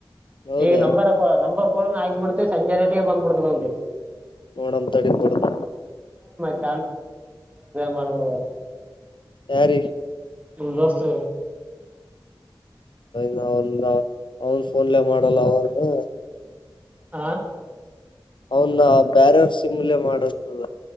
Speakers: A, on the left; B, on the right.
A: ಹೌದಾ
B: ಈಗ ನಂಬರ್ ಆಗಗ್ಬ ಬಿಡ್ತಿ ಸಂಜೆಟಿಗೆ ಬಂದಬ ಬಿಡ್ತದಿ
A: ನೋಡಂತ ತಡಿ ಕೊಡ್ತ
B: ಕ ಮಾಡ್ಬಡಬಾರು
A: ಯಾರಿಗೆ
B: ನಿಮ್ಮ ದೋಸ್ತ್
A: ನ್ ಅವನ್ ಫೋನ್ಲೆೇ ಮಾಡಲ್ಲ ಅವನು
B: ಹಾ
A: ಅವನ್ ಬ್ಯಾರರ್ ಸಿಮಲೆ ಮಾಡತದ